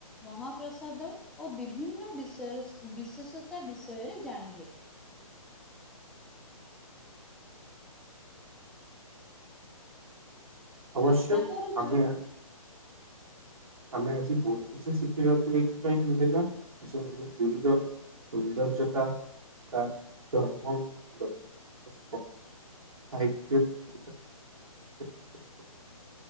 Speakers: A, in the centre; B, on the right (about 75°).
A: ମହାପ୍ରସାଦ ଓ ବିଭିନ୍ନ ବିଷୟ ବିଶେଷତା ବିଷୟରେ ଜାଣିଲେ। <inaudible>
B: ଅବଶ୍ୟ
A: ଆଶା କରୁଛୁ
B: ଆମେ ଆମେ ଆଜି ବହୁତ କିଛି ଶିଖିବାକୁ ଏଇଥିପାଇଁ ମିଳିଲା ପୁରୀର ସୌନ୍ଦର୍ଯ୍ୟତା ତା ଧର୍ମ ଯ ସାହିତ୍ୟ <unintelligible>